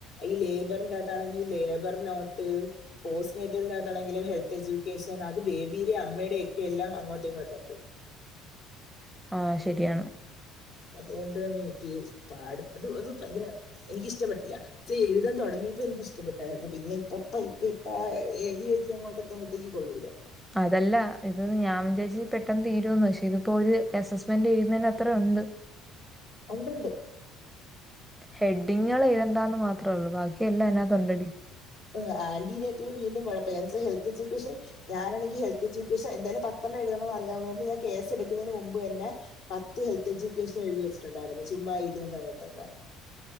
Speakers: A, on the left; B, in the centre.
A: ഈ ലേബറിന്റെ അകത്താണെങ്കിൽ ഈ ലേബർനോട്ട് പോസ്റ്റ് മെറ്റകത്താണെങ്കില് ഹെൽത്ത് എജൂക്കേഷൻ അത് ബേബിയുടെ അമ്മയുടെ ഒക്കെ എല്ലാം അങ്ങോട്ടും ഇങ്ങോ ആണ്ട്
B: ആഹ് ശരിയാണ്
A: അത് കൊണ്ട് തന്നെ എനിക്ക് ഈ പാട് അത് അത് ഭയങ്കര എനിക്ക് ഇഷ്ടപ്പെട്ടില്ല ചെയ്ത് തുടിങ്ങിയപ്പോ എനിക്ക് ഇഷ്ടപ്പെട്ടായിരുന്നു പിന്നെ ഇപ്പപ്പ ഇപ്പ ഇപ്പ ആ ഏത് എഴുതി അങ്ങോട്ട് എത്തുമ്പോഴത്തേക്ക് കൊള്ളൂല
B: അതല്ല ഇത് ഞാൻ വിചാരിച്ചി പെട്ടെന്ന് തീരുമെന്ന് പക്ഷേ ഇതിപ്പോ ഒരു എസസ്മെന്റ് ചെയ്യുന്നതിന് അത്ര ഉണ്ട്
A: ഉണ്ട് ഉണ്ട്
B: ഹെഡിങ്ങള് ഏഴുതണ്ടാന്ന് മാത്രേ ഉള്ളൂ ബാക്കിയെല്ലാം അതിനകത്ത് ഉണ്ടടി
A: ത് ആന്റിനേറ്റർ വീണ്ടും കുഴപ്പമില്ല എന്നു വെച്ച ഹെൽത്ത് എജൂക്കേഷൻ ഞാനാണെങ്കി ഹെൽത്ത് എജൂക്കേഷൻ എന്തായാലും പത്തെണ്ണം എഴുതണന്ന് അറിയാവുന്ന കൊണ്ട് ഞാൻ കേസ് എടുക്കുന്നതിന് മുമ്പ് തന്നെ പത്ത് ഹെൽത്ത് എജൂക്കേഷൻ എഴുതി വെച്ചിട്ടുണ്ടായിരുന്നു ചുമ്മാ ഇരിക്കുന്ന സമയത്തൊക്കെ